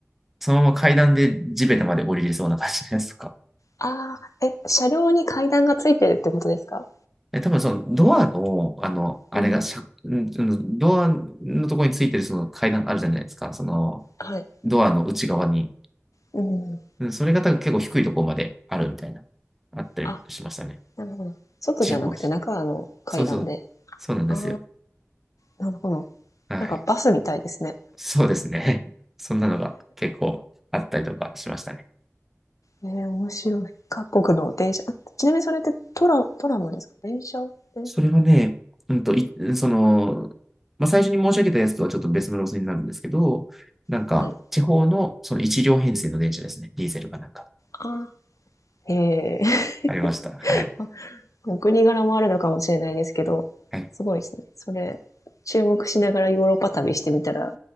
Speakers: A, in the centre; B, on the left.
A: そのまま階段で地べたまで降りれそうな感じのやつとか。
B: ああ、え、車両に階段がついてるってことですか
A: え、多分そのドアの、あの、あれがしゃ、
B: うん。
A: んドアのところについてるその階段あるじゃないですか。その、
B: はい。
A: ドアの内側に。
B: うん
A: それが多分結構低いところまであるみたいな、あったりしましたね。
B: あ、なるほど。外じゃなくて中の階段で。
A: 地方はした。そうそう、そうなんですよ。
B: ああ、なるほど。
A: はい。
B: なんかバスみたいですね。
A: そうですね。<laughs> そんなのが結構あったりとかしましたね。
B: えー、面白い。各国の電車。あちなみにそれってトラ、トラムですか電車で
A: それはね、うんと、い、その、まあ、最初に申し上げたやつとはちょっと別の路線になるんですけど、なんか、
B: はい。
A: 地方のその一両編成の電車ですね。ディーゼルかなんか。
B: あ、へえ。
A: ありました。はい。
B: <laughs> お国柄もあるのかもしれないですけど、
A: はい。
B: すごいですね。それ、注目しながらヨーロッパ旅してみたら、